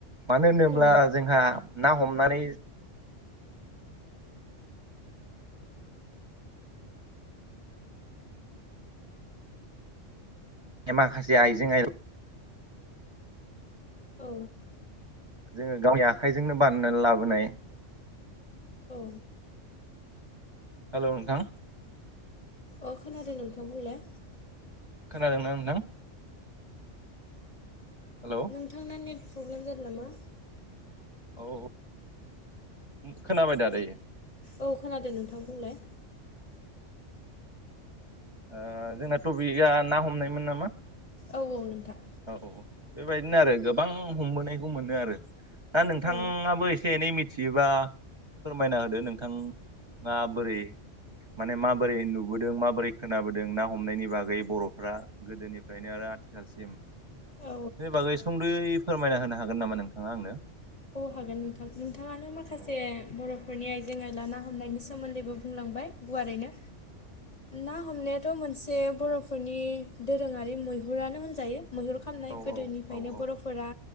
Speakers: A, on the right; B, on the left.
A: मानो होनोब्ला
B: औ
A: जोंहा ना हमनानै माखासे आइजें आय
B: औ
A: जोङो गावनि आखाइजोंनो बानायनानै लाबोनाय
B: औ
A: हेल' नोंथां
B: अ खोनादों नोंथां बुंलाय।
A: खोनादोंना नोंथां। हेलौ
B: नोंथांना नेट प्रब्लेम जादों नामा।
A: औ खोनाबाय दा दायो।
B: औ खोनादों नोंथां बुंलाय।
A: ओ जोंना टपिकआ ना हमनायमोन नामा।
B: औ औ नोंथां।
A: औ बेबायदिनो आरो गोबां हमबोनायखौ मोनो आरो। दा नोंथाङाबो
B: औ
A: एसे एनै मि थियोबा फोरमायना होदो नोंथां‌आ बोरै। माने माबोरै नुबोदों माबोरै खोनाबोदों ना हमनायनि बागै बर'फ्रा गोदोनिफ्रायनो आरो। आथिखालसिम
B: औ
A: सोर बागै सुंद'यै फोरमायना होनो हागोन नामा नोंथाङा आंनो।
B: औ हागोन नोंथां नोंथाङानो माखासे
A: औ
B: बर'फोरनि आइ। जें आइला ना हमनायनि सोमोन्दैबो बुंलांबाय गुवारैनो। ना हमनायाथ' मोनसे बर'फोरनि दोरोङारि मैहुरानो होनजायो। मैहुर खालामनाय
A: औ
B: गोदोनिफ्रायनो
A: औ औ औ
B: बर'फोरा